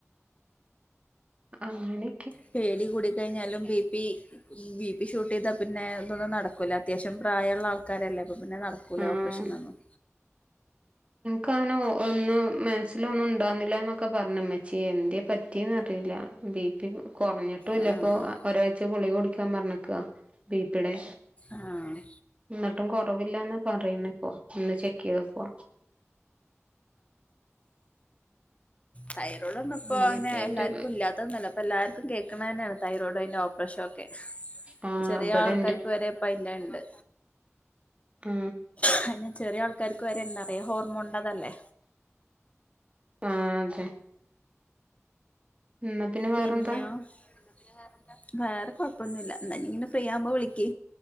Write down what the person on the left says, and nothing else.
പേടി കൂടി കഴിഞ്ഞാലും B P B P shoot ചെയ്താ പിന്നെ അതൊന്നും നടക്ക ക്കൂല അത്യാവശ്യം പ്രായമുള്ള ആൾക്കാരല്ലേ അപ്പൊ പിന്നെ നടക്കൂലേ
ഓപ്പറേഷനൊന്നും
ആഹ്
ആഹ്
തൈറോടൊന്നുംപ്പോ
അങ്ങനെ
എല്ലാർക്കും ഇല്ലാത്തന്നൊല്ല അപ്പോ എല്ലാർക്കും കേൾക്കണന്ന തന്നെയാണ തൈറോയ്ഡ് അയിന്റെ ഓപ്പറേഷൻ ഒക്കെ
ചെറിയ
ആൾക്കാർക്ക് വരെ ഇപ്പ അയിന്റെ ഇണ്ട്
പിന്നെ ചെറിയ ആൾക്കാർക്ക് വരെയുണ്ടന്നറിയ ഹോർമോണിൻ്റെതല്ലേ
പിന്നെ
വേറെന്താ വേറെ കൊഴപ്പൊന്നുല്ല എന്നാല് ഇങ്ങനെ ഫ്രീ ആവുമ്പോ വിളിക്ക്